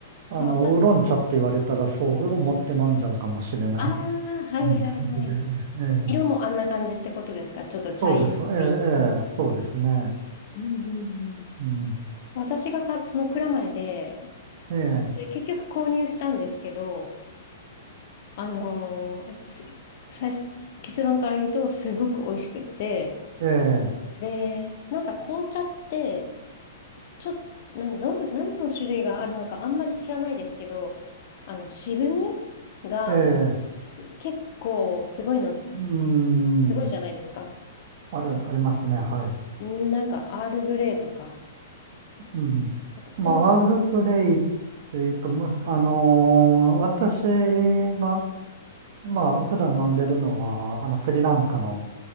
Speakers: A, on the right; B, on the left.
A: あの、
B: か、私、
A: ウーロン茶って言われたら、そう思って飲んじゃうかもしれない、
B: ああ、はいはいはい。
A: なんか感じで。ええ
B: 色もあんな感じってことですかちょっと茶色い
A: そうです。ええ、ええそうですね。
B: の。うんうんうん。
A: うん。
B: 私がか、その蔵前で、
A: ええ、
B: で結局購入したんですけど、あのーす最初、結論から言うと、すごく美味しくって、
A: ええ、
B: で、なんか紅茶って、ちょっと、なんかどん、何の種類があるのかあんまり知らないですけど、あの、渋みがす結構すごいの、
A: ええ、うーん。
B: すごいじゃないですか。
A: ある、ありますね。はい。
B: んなんか、アールグレイとか、
A: うん。
B: なんかうま、
A: まあ、アールグレイというか、ま、あのー私が、まあ、普段飲んでるのは、あの、スリランカの、